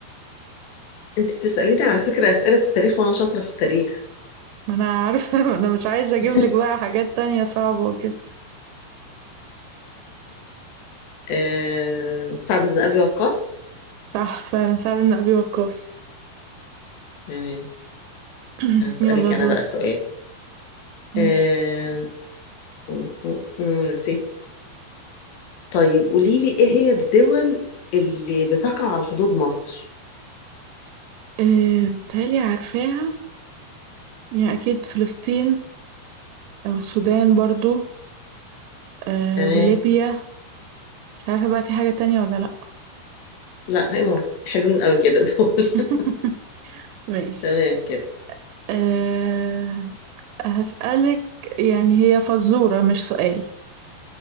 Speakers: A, on the left; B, on the right.
A: انت بتسأليني على فكرة أسئلة في التاريخ وانا شاطرة في التاريخ
B: ما انا عارفة <laughs> انا مش عايزة اجيب
A: <laughs>
B: لك بقى حاجات تانية صعبة وكده
A: آه سعد بن ابي وقاص
B: صح فعلا سعد بن ابي وقاص
A: تمام
B: <clears throat>
A: هسألك
B: يلا
A: انا
B: دورك
A: بقى سؤال
B: ماشي
A: آه م- م- م- يا ستي طيب قولي لي ايه هي الدول اللي بتقع على حدود مصر
B: إيه بتهيألي عارفاها يعني اكيد فلسطين او السودان برضو إيه
A: تمام
B: وليبيا مش عارفة بقى في حاجة تانية ولا لا
A: لا هيمون حلوين قوي كده دول
B: <laughs>
A: <laughs>
B: ماشي
A: تمام كده
B: إيه هسألك يعني هي فزورة مش سؤال